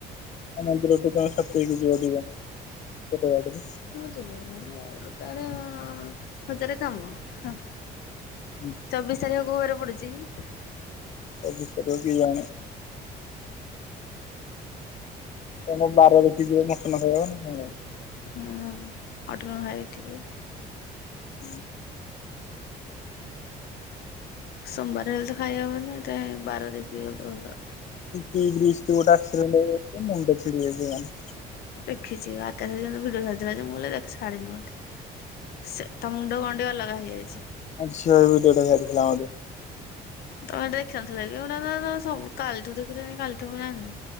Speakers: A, on the left (about 45°); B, on the left (about 70°).
A: ଆ ମନ୍ଦିର ଠୁ ତମେ ସାତି ହେଇକି ଯିବ, ଦି ଜଣ ଗୋଟେ ବାଟ୍ ରେ।
B: <unintelligible> ମୋର ତ ଆଡେଁ ହଜାରେ କାମ! ହଁ,
A: ହୁଁ
B: ଚବିଶ ତାରିଖ କଉ ବାରେ ପଡୁଚିକି?
A: ଚବିଶ ତାରିଖ କିଜାଣି? ତମ ବାର ଦେଖି ଯିବ, ମଟନ ଖାଇବ ନା କଣ?
B: ହୁଁ, ଉଁ ଅଟନ ଖାଇଥିବି।
A: ହୁଁ।
B: ସୋମବାର ହେଲେ ତ ଖାଇ ହବନି? ହେତିପାଇଁ ବାର ଦେଖିକି ଗଲେ ତ ଭଲ।
A: ତି ବ୍ରିଜ୍ ଥି ଗୋଟେ ଆକ୍ସିଡେଣ୍ଟ ହେଇଯାଇଛି। ମୁଣ୍ଡ ଛିଡି ଯାଇଛି ମାନେ
B: ଦେଖିଛି ଆକାଶ ଯେମି ଭିଡିଓ ସାରଥିଲା ଯେ, ମୁଁ କହିଲି ଦେଖ୍ ଛାଡି ନି ବଧେ! ସେ ତା ମୁଣ୍ଡ ଗଣ୍ଡିଆ ଲଗା ହେଇଯାଇଛି।
A: ଆ ଝିଅ ଏଇ ଭିଡ଼ିଓ ଟା ଛାଡିଥିଲା ମୋତେ।
B: ତମେ ଦେଖିନଥିଲ କି ଏଗୁଡ଼ାକ? ତ ସବୁ କାଲିଠୁ ଦେଖିଲିଣି କାଲିଠୁ ମୁଁ ଜାଣଲି।